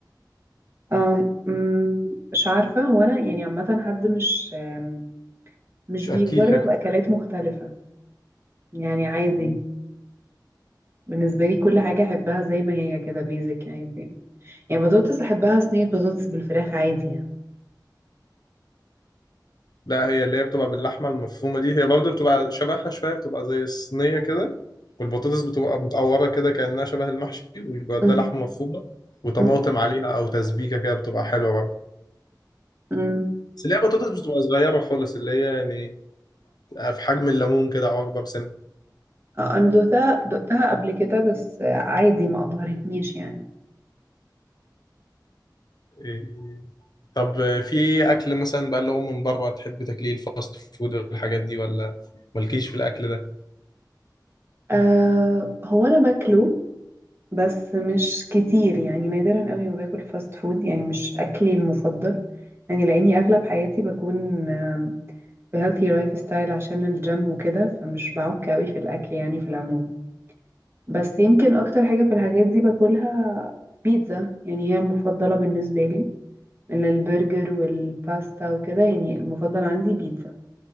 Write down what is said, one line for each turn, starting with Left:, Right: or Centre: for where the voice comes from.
Right: آم، م، مش عارفة هو أنا يعني عامة حد مش آم، مش
Left: مش
Right: بيجرب
Left: أكيد
Right: أكلات مختلفة يعني عادي بالنسبة لي كل حاجة أحبها زي ما هي كده بيزك عادي يعني بطاطس أحبها صينية بطاطس بالفراخ عادي يعني
Left: لا هي اللي هي بتبقى باللحمة المفرومة دي هي برضه بتبقى شبهها شوية بتبقى زي الصينية كده والبطاطس بتبقى متقورة كده كأنها شبه المحشي ويبقى
Right: م-
Left: ده لحمة مفرومة وطماطم
Right: م-
Left: عليها أو تسبيكة كده بتبقى حلوة برضه
Right: امم
Left: بس اللي هي بطاطس بتبقى صغيرة خالص اللي هي يعني في حجم الليمون كده أو أكبر سنة
Right: آه، انا دقتها دقتها قبل كده بس آه، عادي ما ابهرتنيش يعني
Left: إيه، طب في أكل مثلا بقى اللي هو من بره تحب تاكليه الفاست فود والحاجات دي ولا مالكيش في الأكل ده
Right: أه هو انا باكله بس مش كتير يعني نادرا قوي ما باكل فاست فود يعني مش اكلي المفضل يعني لاني اغلب حياتي بكون هيلثي لايف ستايل عشان الجيم وكده فمش بعك قوي في الاكل يعني في العموم بس يمكن اكتر حاجة في الحاجات دي باكلها بيتزا يعني هي المفضلة بالنسبة لي من البرجر والباستا وكده يعني المفضل عندي بيتزا